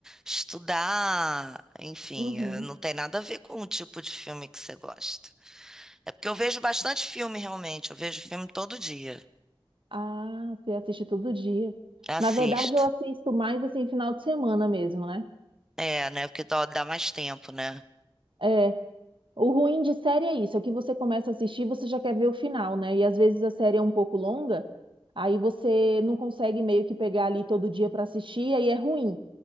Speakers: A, in the centre; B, on the right.
A: estudar, enfim,
B: Uhum.
A: eh, não tem nada a ver com o tipo de filme que você gosta. É porque eu vejo bastante filme realmente, eu vejo filme todo dia,
B: Ah, você assiste todo dia.
A: assisto.
B: Na verdade, eu assisto mais assim final de semana mesmo, né?
A: É, né? Porque dá, dá mais tempo, né?
B: É, o ruim de série é isso, é que você começa a assistir, você já quer ver o final, né? E às vezes a série é um pouco longa, aí você não consegue meio que pegar ali todo dia para assistir, aí é ruim.